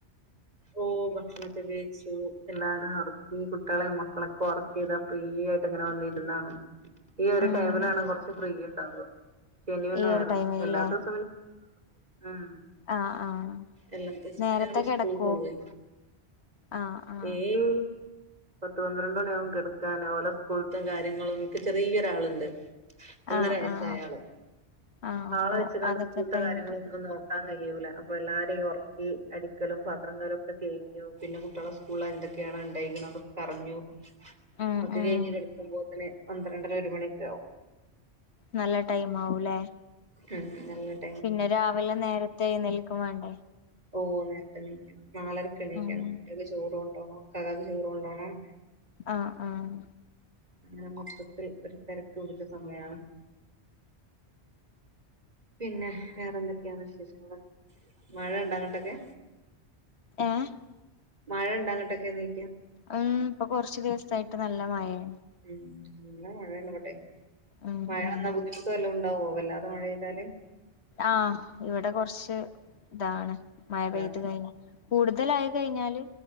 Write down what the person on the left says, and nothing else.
ആഹ്
ഈ
ഒരു ടൈമിലല്ലേ
ആഹ് ആഹ്
നേരത്തെ കിടക്കുവോ
ആഹ് ആഹ്
ആഹ്
ആഹ് ആഹ് അപ്പൊ
അതൊക്കെ
കഴിഞ്ഞിട്ട്
ഉം
ഉം
നല്ലെ ടൈമാവുലെ
പിന്നെരാവിലെ നേരെത്തെ എഴുന്നേൽക്കുംവേണ്ടേ
ഉം
ആഹ്, ആഹ്
ഏഹ്
ഉം ഇപ്പോകൊർച്ച് ദിവസായിട്ട്ന്നല്ലെ മയേ
ഉം
ഉം
ആഹ് ഇവടെകൊർച്ച് താണ് മഴപെയ്ത്കഴിഞ്ഞകൂടുതലായി
കഴിഞ്ഞാല്